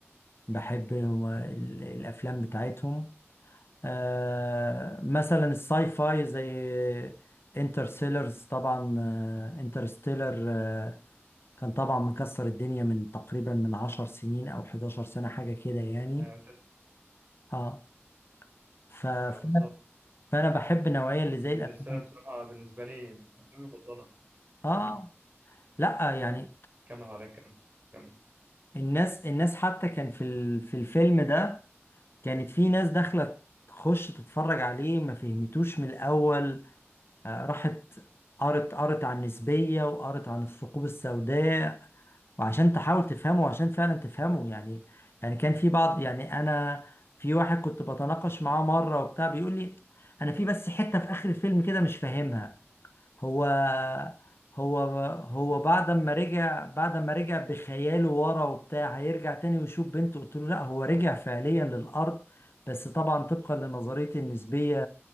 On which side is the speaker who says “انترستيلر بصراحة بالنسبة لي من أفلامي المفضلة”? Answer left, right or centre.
Right